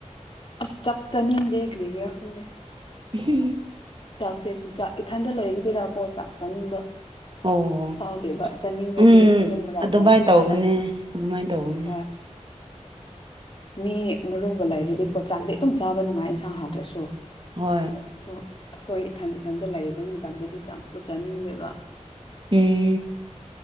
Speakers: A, on the left; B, on the right.
A: ꯑꯁ ꯆꯛ ꯆꯅꯤꯡꯗꯦꯒ꯭ꯔꯤꯒꯔ ꯈꯪꯗꯦ
B: ꯍ
A: ꯆꯥꯛꯁꯦ ꯁꯨꯛꯆꯥꯛ ꯏꯊꯟꯗ ꯂꯩꯔꯒꯕꯤꯔꯀꯣ ꯆꯥꯛ ꯆꯥꯅꯤꯡꯕ
B: ꯑꯣ
A: ꯐꯥꯎꯗꯦꯕ ꯆꯥꯅꯤꯡꯈ꯭ꯔꯗꯤ
B: ꯎꯝ
A: ꯑꯗꯨꯝ ꯔꯥꯎꯟ
B: ꯑꯗꯨꯃꯥꯏꯅ
A: ꯔꯥꯎꯟꯗ
B: ꯇꯧꯕꯅꯦ
A: ꯆꯥꯕ
B: ꯑꯗꯨꯃꯥꯏꯅ ꯇꯧꯕꯅꯦ
A: ꯍꯣꯏ ꯃꯤ ꯃꯔꯨꯝꯒ ꯂꯩꯔꯗꯤꯀꯣ ꯆꯥꯛꯗꯩ ꯏꯇꯝ ꯆꯥꯕ ꯅꯨꯡꯉꯥꯏ ꯏꯟꯁꯥꯡ ꯍꯥꯎꯗ꯭ꯔꯁꯨ
B: ꯍꯣꯏ
A: ꯑꯣ ꯑꯩꯈꯣꯏ ꯏꯊꯟ ꯏꯊꯟꯇ ꯂꯩꯕ ꯃꯇꯝꯗꯗꯤ ꯆꯝꯊꯣꯠꯆꯥꯅꯤꯡꯗꯦꯕ
B: ꯎ